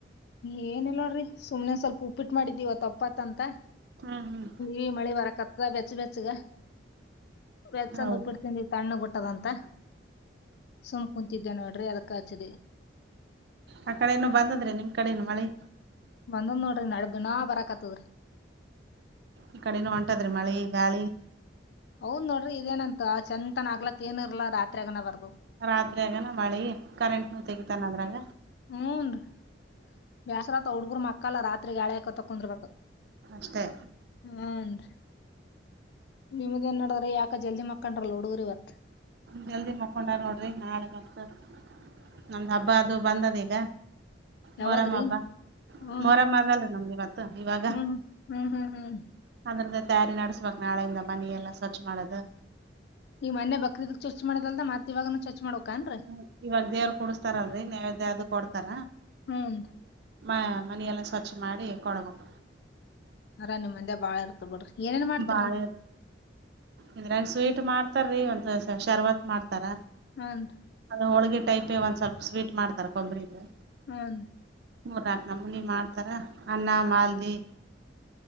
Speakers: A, on the left (about 55°); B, on the right (about 55°).
A: ಏನ್ ಇಲ್ಲರಿ ಸುಮ್ನೆ ಸ್ವಲ್ಪ ಉಪ್ಪಿಟ್ಟು ಮಾಡಿದ್ದೀವ ವಪ್ಪಾತ್ ಅಂತ.
B: ಹ್ಮ್, ಹ್ಮ್
A: ಈ ಮಳಿಗಾಲ ಕತ್ದ ಬೆಚ್ಚ ಬೆಚ್ಚುಗ ಬೆಚ್ಚಂದ
B: ಹೌದ್ರಿ
A: ಉಪ್ಪಿಟ್ ತಿಂದಿ- ತಣ್ಣಗ ಬಿಟ್ಟದಂತ ಸುಮ್ ಕುಂತಿದ್ದೆ ನೋಡ್ರಿ ಅದಕ್ಕ ಹಚ್ಚಿದೆ.
B: ಆ ಕಡೆೇನು ಬಂದದ್ರೆ ನಿಮ್ ಕಡೇನು ಮಳಿ.
A: ಬಂದ ನೋಡ್ರಿ <unintelligible> ದಿನಾ ಬರಾಕತ್ತದ್ರಿ.
B: ಈ ಕಡೆನೂ ಹೊಂಟಾದ್ರಿ ಮಳಿ, ಗಾಳಿ
A: ಹೌದ್ ನೋಡ್ರಿ ಇದೇನಂತ ಆ ಚಂತನ ಹಗ್ಲೊತ್ತೇನ್ ಇರ್ಲಾರ ರಾತ್ರಿಯಾಗನ ಬರ್ತದ.
B: ರಾತ್ರಿಯಾಗನ ಮಳಿ ಕರೆಂಟ್ ನು ತೆಗಿತಾನ ಅದ್ರಾಗ.
A: ಹೂನ್ ರಿ ಬ್ಯಾಸ್ರಾತ್ ಹುಡ್ಗರು ಮಕ್ಕಲ್ಲ ರಾತ್ರಿ ಗಾಳಿ ಹಾಕೊಂತ ಕುಂದ್ರರ್ಬೇಕು.
B: ಅಷ್ಟೇ,
A: ಹ್ಮ್, ರಿ ನಿಮ್ದು ಎನ್ ನಡದ್ರಿ ಯಾಕ ಜಲ್ದಿ ಮಕ್ಕಂಡ್ರಲ್ಲ ಹುಡುಗರು ಇವತ್.
B: ಜಲ್ದಿ ಮಕೊಂಡರ ನೋಡ್ರಿ ನಾಳೆ ಮತ್ತ ನಮ್ದ್ ಹಬ್ಬ ಅದು ಬಂದದ ಈಗ.
A: ಯಾವದ್ರಿ?
B: ಮೊರಮ್ಮ ಹಬ್ಬ
A: ಹ್ಮ್
B: ಮೊರಮ್ಮ ಹಾದಲ್ರಿ ನಮ್ಗೆ ಇವತ್ತು ಇವಾಗ.
A: ಹ್ಮ್ ಹ್ಮ್ ಹ್ಮ್ ಹ್ಮ್
B: ಹಾಗಾದ್ರ ತಯಾರಿ ನಡೆಸ್ಬೇಕ್ ನಾಳೆಯಿಂದ ಮನೆ ಎಲ್ಲಾ ಸ್ವಚ್ಛ ಮಾಡುವುದು.
A: ಈಗ ಮೊನ್ನೆ ಬಕ್ರೀದಕ್ ಚೊಚ್ಚಮಾಡದಲ್ದ ಮತ್ತ್ ಇವಾಗನ ಚೊಚ್ಚಿ ಮಾಡಕನ್ರಿ.
B: ಹ್ಮ ಇವಾಗ ದೇವ್ರು ಕುಡಸ್ತಾರಲ್ರ ರಿ ನೈವ್ದೆ ಕೊಡ್ತಾರ.
A: ಹ್ಮ್,
B: ಮ ಮನೆಯೆಲ್ಲ ಸ್ವಚ್ ಮಾಡಿ ಕೊಡಬೇಕ.
A: ಅದರಾಗ ನಿಮ್ಮ್ ಮಂದಿ ಗ್ ಬಾಳ ಇರ್ತ ಬಿಡ್ರಿ ಏನೇನ್ ಮಾಡ್ತೀರಿ
B: ಬಾಳ
A: ನೀವು.
B: ಇದ್ರಾಗ ಸ್ವೀಟ್ ಮಾಡ್ತಾರೀ ಒಂದ್ ಶರಬತ್ ಮಾಡ್ತಾರ.
A: ಹ್ಮ್, ನರ್ರಿ
B: ಅದು ಹೋಳ್ಗೆಟೈಪೇ ಒಂದ್ ಸ್ವಲ್ಪ ಸ್ವೀಟ್ ಮಾಡ್ತಾರ ಕೊಬ್ಬರಿ ದು.
A: ಹ್ಮ್
B: ಮೂರ್ನಾಲ್ಕು ನಮುನಿ ಮಾಡ್ತಾರ ಅನ್ನ ಮಾಲ್ದಿ.